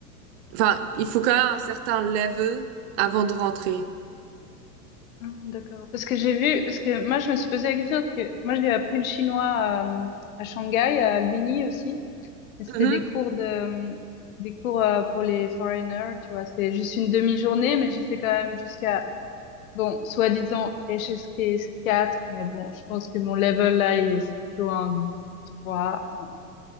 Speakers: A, on the right (about 45°); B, on the left (about 60°).
A: Enfin, il faut quand même un certain level avant de rentrer.
B: hum, d'accord. Parce que j'ai vu, parce que moi, je me suis posé la question, parce que moi, j'ai appris le chinois à, à Shanghai, à l'Uni aussi. Et C'était
A: Mhm.
B: des cours de, des cours euh, pour les foreigners, tu vois. C'était juste une demi-journée, mais j'ai fait quand même jusqu'à Bon, soi-disant HSKS 4, mais bon, je pense que mon level là, il est plutôt un 3. Enfin,